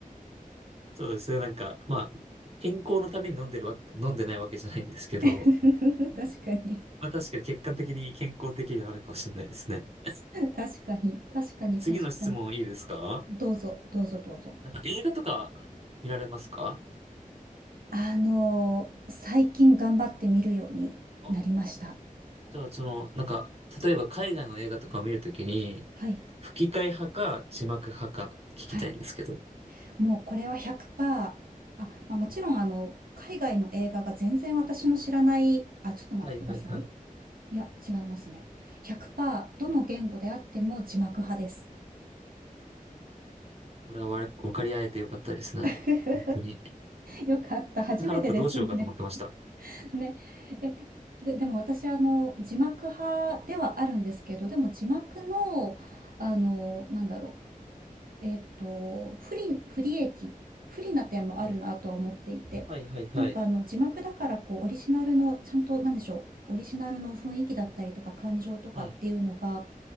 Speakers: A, on the right; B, on the right.
A: そうですね。なんか、まあ、健康のために飲んでるわ、飲んでないわけじゃないんですけど、
B: <laughs> 確かに。
A: まあ確かに結果的に健康的にはなるかもしれないですね。<laughs>
B: 確かに。確かに。
A: 次の質問いいですか
B: 確かに。どうぞ、どうぞ、どうぞ。
A: なんか映画とか見られますか
B: あのー最近頑張ってみるようになりました。
A: あ、じゃあその、なんか、例えば海外の映画とかを見るときに、
B: はい。
A: 吹き替え派か字幕派か聞きたいんですけど。
B: はい。もうこれは100%、あ、まあ、もちろんあの、海外の映画が全然私の知らない、あ、ちょっと待ってください。
A: はいはいはい。
B: いや、違いますね。100%どの言語であっても字幕派です。
A: これはわ分かり合えてよかったですね。
B: <laughs>
A: 本当に。
B: よかった。初めてですね。
A: 払ったらどうしようかと思ってました。
B: <laughs> ね。え、で、でも私、あの、字幕派ではあるんですけど、でも字幕の、あの、なんだろう。えっと、不利、不利益、不利な点もあるなとは思っていて。
A: はい。はいはいはい。
B: なんかあの、字幕だからこう、オリジナルの、ちゃんと、なんでしょう。オリジナルの雰囲気だったりとか感情とかっていうのが
A: はい。